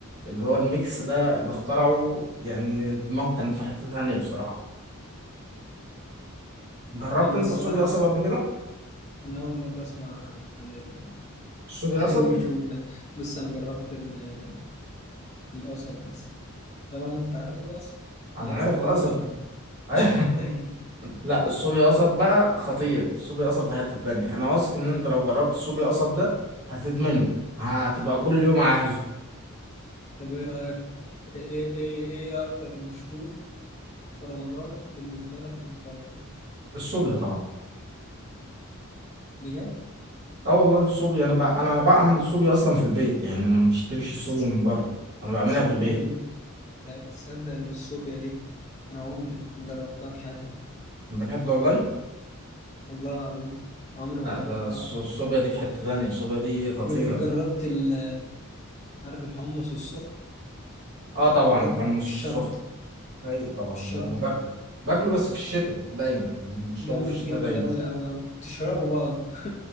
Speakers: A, on the right (about 50°); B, on the left (about 30°).
A: اللي هو الميكس ده اللي اخترعه يعني دماغه كانت في حته ثانيه بصراحه جربت
B: لأن
A: انت
B: الصراحة
A: الصوبيا قصب قبل كده
B: أنا أول مرة أسمع عن
A: الصوبيا
B: عن
A: قصب
B: المشروب ده بص انا جربت ال- القصب بس طبعا انت عارف القصب
A: انا
B: القصب
A: عارف القصب
B: ده اللي مش محتاج
A: ايوه
B: مش محتاج
A: <laughs> لا الصوبيا قصب بقى خطير الصوبيا قصب في حته ثانيه انا واثق ان انت
B: طب
A: لو جربت الصوبيا قصب ده هتدمنه هتبقى كل
B: طب
A: يوم عايزه
B: طب ايه رايك ايه ايه ايه إيه اكتر مشروب في رمضان بالنسبه لك مفضل
A: الصوبيا طبعا
B: بجد
A: اه والله الصوبيا انا بقى انا بعمل الصوبيا اصلا في البيت يعني انا ما بشتريش الصوبيا
B: تصدق
A: من بره انا بعملها
B: تصدق
A: في البيت
B: ان تصدق ان الصوبيا دي انا عمري ما جربتها في حياتي
A: بجد والله
B: والله العظيم عمري ما
A: لا ده
B: جربتها
A: الص- الصوبيا دي في حتة تانية الصوبيا دي خطيرة
B: جر... جربت ال... عارف الحمص السخن
A: اه طبعا
B: جربت
A: الحمص
B: الشطه
A: السخن ايوه طبعا
B: الشط
A: ده انا باكله باكله بس في الشتاء دايما يعني بشربه
B: جامد
A: في الشتاء
B: جامد
A: دايما
B: أوي أوي أوي بتشربه بقى قصدي.